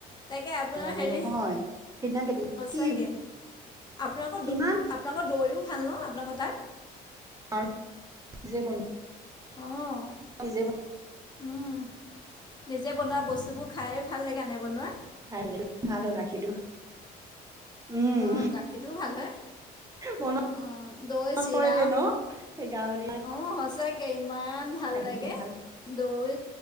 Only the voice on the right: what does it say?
ভাল লাগে
নহয় সেইদিনা কেইদিনমান
কি
কিমান
কাৰ, নিজে বনো
নিজে বনো
খাই <unintelligible> ভাল হয় গাখীৰটো। উম,
মনত
পৰে দেই ন? সেই গাঁৱলীয়া
গাখীৰ
খিনি ভাল,